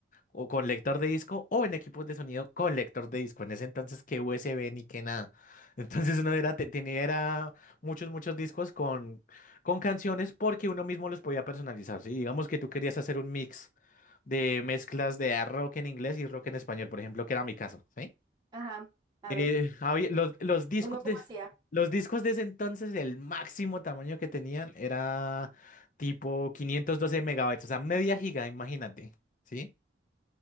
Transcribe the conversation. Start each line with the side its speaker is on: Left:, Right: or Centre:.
Left: o con lector de disco o en equipos de sonido con lector de disco. En ese entonces, que USB ni que nada. <laughs> Entonces uno era, te- tenía era muchos, muchos discos con, con canciones porque uno mismo los podía personalizar. ¿sí? Digamos que tú querías hacer un mix de mezclas de rock en inglés y rock en español, por ejemplo, que era mi caso. ¿sí?
Right: Ajá, a
Left: Eh,
Right: ver,
Left: había- los, los discos
Right: ¿uno cómo
Left: de,
Right: hacía?
Left: los discos de ese entonces, el máximo tamaño que tenían era tipo 512 megabytes, o sea, media giga, imagínate. ¿sí?